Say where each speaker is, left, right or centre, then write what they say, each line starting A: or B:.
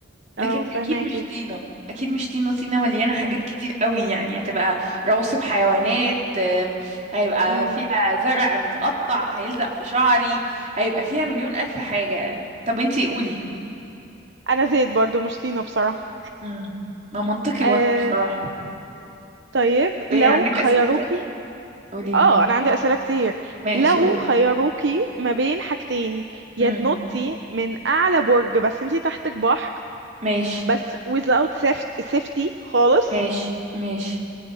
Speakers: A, on the right; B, on the right.
A: اه
B: لكن
A: فهماكي
B: اكيد مش طينه اكيد مش طينه طينه مليانه حاجات
A: مم.
B: كتير قوي يعني هتبقى رواسب حيوانات آم، هيبقى
A: مم.
B: فيها زرع متقطع هيلزق في شعري هيبقى فيها مليون الف حاجه يعني طب انتي قولي
A: انا زيت برضو مش طينة بصراحة
B: امم ما منطقي
A: آه
B: برضه بصراحه
A: طيب
B: طب
A: لو
B: ايه عندك
A: خيروكي
B: اسئله <laughs> تاني قولي
A: اه
B: لي
A: انا عندي اسئلة كتير
B: ماشي
A: لو
B: قولي
A: خيروكي ما بين حاجتين يا
B: امم
A: تنطي من اعلى برج بس انتي تحتك بحر
B: ماشي
A: بس without safety safety خالص
B: ماشي ماشي